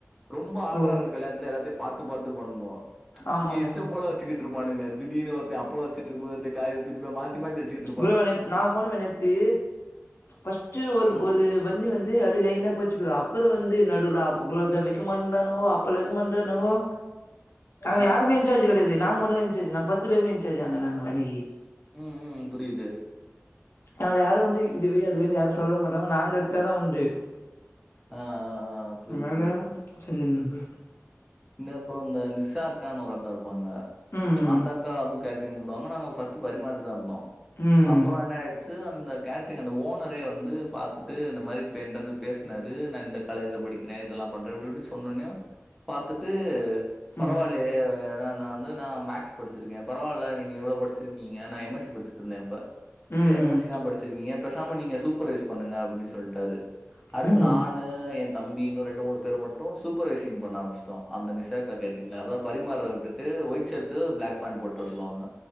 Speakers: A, in the centre; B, on the left (about 55°).
A: ரொம்ப ஆட்ரா
B: ஓ
A: இருக்க கல்யாண்த்துல எல்லாத்யு பாத்து பாத்து பண்ணோ
B: ஆமாமா
A: இங்க இஷ்டம்போலத் ச்சிக்கிட்ருப்பானங்க திடீனு ஒருத்த அப்லோ வச்சிட்ருக்குபோது ஒருத்த காய் வெச்சிட்டுப மாத்தி மாத்தி அச்சிட்
B: ப்ரோ நேத் நாங் போனோமே நேத்து பஸ்ட்டு ஒரு
A: ம்.
B: ஒரு பந்தி வந்து அப்டி லைனப் போச்சி ப்ரோ அப்பதா வந்து நடுவ்ல அப் க்லோத்த வெக்க மாண்றானுங்கோ அப்பல் வெக்க மாண்றானுங்கோ அங்க
A: ஆ.
B: யாருமே இன்சார்ஜ் கெடயாது நாங்க மட்டு தா இன்சார்ஜூ நா பத்து பேருமே இன்சார்ஜ் அங்கு நாங்க அன்னிக்கி
A: உ உ புரிது
B: நால யாரு வந்து இது வெய் அதுவெய்னு யாரு சொல்ல மாட்டாங்க நாங்க எட்த்தாதா உண்டு
A: ஆ, ஆ, ஆ. புரியுது,
B: அனால செஞ்சிந்தே பெ
A: இந்ந அப்றோ இந்த நிஷாக்கான்னு ஒரு அக்கா இருப்பாங்க
B: ம்
A: அந்த அக்கால அலுக் கேட்ரீங் கூப்டுவாங்க நாங்க ஃபஸ்ட் பரிமார்ட்டு தா இருந்தோ
B: ம்
A: அப்பறோ என்ன ஆய்டு ச்சூ அந்த கேட்ரிங் அந்த ஓனரே வந்து பாத்துட்டு இந்த மாரி இப் ஏன்ட்ட வந்து பேஸ்னாரு நா இந்த காலேஜ்ல படிக்கிறே இதெல்லா பண்றே இப்டி இப்டி சொன் ஒன்யோ பாத்துட்டு பரவால்லயே
B: ம்
A: ஏனா நா வந்து நா மேக்ஸ் படிச்சிருக்கே பரவால்ல நீங்க இவ்ளோ பட் ச்சிர்க்கீங்க நா எம் எஸ் சி பச்சிட்டுருந்தே அப்ப
B: ம்
A: செ எம் எஸ் சிலா படிச்சிர்க்கீங்கா பேசாம நீங்க சூப்பர் வய்ஸ் பண்ணுங்க அப்புடி சொல்ட்டாரு அடுத்து
B: ம்
A: நானு எ தம்பி இன்னு ரெண்டு மூணு பேரு மொட் டோ சூப்பர்வைசி்ங் பண்ணாம்ஸ் தோ அந்த நிஷாக்கா கேட்ரீங்ள அதா பரிமாற விட்டுட்டு ஒயிட் ஷர்ட்டு ப்ளாக் பேண்ட் போட்டு வர சொல்லுவாங்க